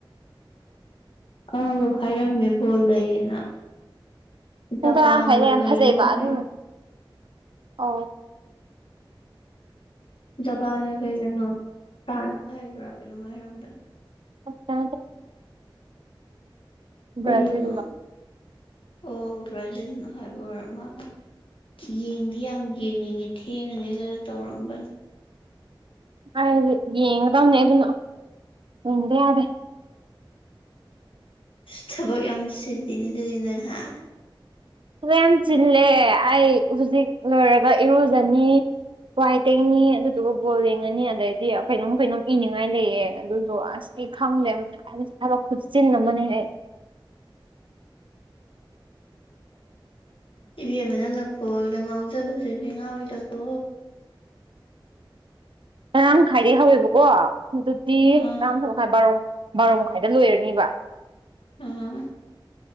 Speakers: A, on the left; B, on the right.
A: ꯑꯥꯎ ꯍꯥꯏꯔꯝꯃꯦꯕꯣ ꯂꯩꯌꯦꯅ
B: ꯄꯨꯡ
A: ꯖꯄꯥꯟꯒ
B: ꯇꯈꯥꯏꯗ ꯌꯥꯝ
A: ꯀꯔꯤꯅꯣꯝ
B: ꯐꯖꯩꯕ ꯑꯗꯨꯅ
A: ꯍꯥꯏꯔꯝꯃꯦ
B: ꯑ
A: ꯖꯄꯥꯟꯒ ꯀꯩ ꯀꯩꯅꯣ ꯐ꯭ꯔꯥꯟꯁ ꯍꯥꯏꯕ꯭ꯔꯥ ꯀꯩꯅꯣꯝꯃ ꯍꯥꯏꯔꯝꯕ
B: ꯑ ꯀ ꯕ꯭ꯔꯥꯖꯤꯜ
A: ꯀꯔꯤꯅꯣ ꯑꯣ ꯭ꯔꯖꯤꯟ ꯍꯥꯏꯕ ꯑꯃ ꯌꯦꯤꯡꯗꯤ ꯌꯦꯉ ꯈꯦꯡꯉꯅꯤ ꯈꯔ ꯇꯧꯔꯝꯕ
B: ꯑꯗꯤ ꯌꯦꯡꯉꯗꯥꯅꯦ ꯑꯗꯨꯅ ꯎꯗꯦ ꯌꯥꯗꯦ
A: ꯁ ꯊꯕꯛ ꯌꯥꯝ ꯁꯤꯟꯂꯤꯅ ꯂꯩ ꯅꯪꯍꯥ
B: ꯑꯗꯣ ꯌꯥꯝ ꯆꯤꯜꯂꯦ ꯑꯩ ꯍꯧꯖꯤꯛ ꯂꯣꯏꯔꯒ ꯏꯔꯨꯖꯅꯤ ꯋꯥꯏ ꯇꯦꯡꯅꯤ ꯑꯗꯨꯗꯨꯒ ꯕꯣꯜ ꯌꯦꯡꯉꯅꯤ ꯑꯗꯩꯗꯤ ꯀꯩꯅꯣꯝ ꯀꯩꯅꯣꯝ ꯏꯅꯤꯡꯉꯥꯏ ꯂꯩꯌꯦꯦ ꯑꯗꯨꯁꯨꯣ ꯑꯁ ꯑꯩ ꯈꯪꯗꯦꯕ ꯊꯕꯛ ꯈꯨꯠꯆꯤꯟ ꯑꯃꯅꯤꯅꯦ ꯑꯩ
A: ꯏꯕꯦꯝ ꯑꯃ ꯅꯪꯅ ꯄꯣꯜꯗ ꯉꯥꯎꯖꯕꯁꯦ ꯁꯤ ꯉꯥꯎꯋꯤꯗꯀꯣ
B: ꯉꯔꯥꯡ ꯍꯥꯏꯥꯏꯔꯦ ꯍꯧꯋꯦꯕꯀꯣ ꯑꯗꯨꯗꯤ
A: ꯑꯥ
B: ꯉꯔꯥꯡ ꯃꯈꯥꯏ ꯕꯥꯔꯣ ꯕꯥꯔꯣ ꯃꯈꯥꯏꯗ ꯂꯣꯏꯔꯅꯤꯕ
A: ꯑꯥ